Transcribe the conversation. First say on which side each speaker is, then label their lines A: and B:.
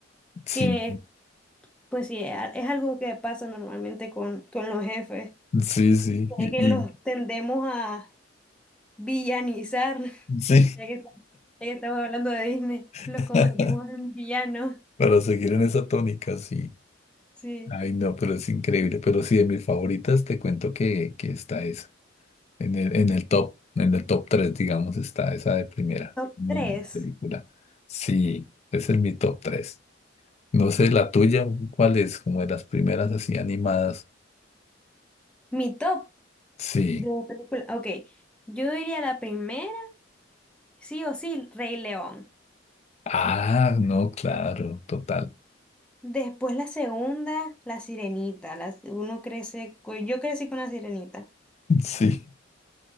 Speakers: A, on the left; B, in the centre.
A: Sí,
B: que pues sí, es a- es algo que pasa normalmente con, con los jefes,
A: sí, sí.
B: de
A: Y-
B: que los
A: y-
B: tendemos a villanizar, <laughs>
A: sí.
B: ya que, ya que estamos hablando de Disney,
A: <laughs>
B: los convertimos en villanos.
A: Para seguir en esa tónica, sí.
B: Sí.
A: Ay, no, pero es increíble. Pero sí, de mis favoritas, te cuento que, que está esa. En el, en el top, en el top tres digamos, está esa de primera.
B: Top
A: Muy
B: tres,
A: buena película. Sí, ese es mi top tres No sé, la tuya, ¿cuál es? Como de las primeras así animadas.
B: Mi top
A: Sí.
B: de película. Ok, yo diría la primera, sí o sí, Rey León.
A: Ah, no, claro, total.
B: Después la segunda, la sirenita. las- uno crece, con yo crecí con la sirenita.
A: Sí.